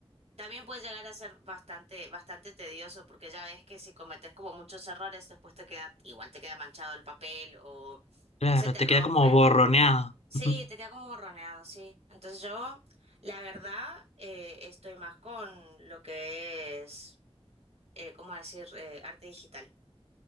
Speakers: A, on the right; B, on the left.
A: También puede llegar a ser bastante, bastante tedioso porque ya ves que si cometes como muchos errores después te queda, igual te queda manchado el papel o
B: Claro,
A: se te
B: te
A: rompe.
B: queda como borroneado.
A: Sí,
B: <laughs>
A: te queda como borroneado, sí. Entonces yo, la verdad, eh, estoy más con lo que es eh, ¿cómo decir? Eh, arte digital,